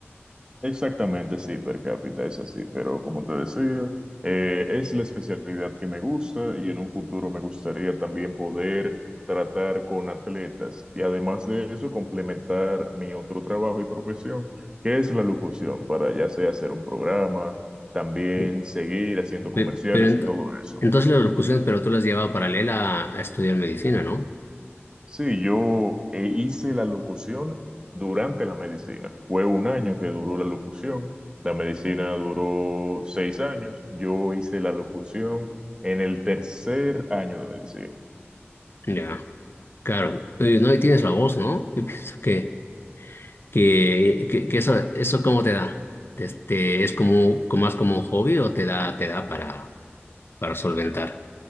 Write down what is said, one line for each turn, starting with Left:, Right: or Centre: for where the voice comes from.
Right: Exactamente, sí, per cápita es así, pero como te decía, eh, es la especialidad que me gusta y en un futuro me gustaría también poder tratar con atletas y además de eso complementar mi otro trabajo y profesión, que es la locución, para ya sea hacer un programa, también
Left: Sí.
Right: seguir haciendo
Left: Pe-
Right: comerciales
Left: Pero, ent-
Right: y todo eso.
Left: entonces las locuciones, pero tú las llevabas paralela a, a estudiar medicina, ¿no?
Right: Sí, yo eh, hice la locución durante la medicina. Fue un año que duró la locución. La medicina duró seis años. Yo hice la locución en el tercer año de medicina.
Left: Ya, claro. Oye, no, y tienes la voz, ¿no? Yo pienso que que, que, que eso, eso cómo te da? Este, ¿es como, como más como un hobby o te da, te da para, para solventar?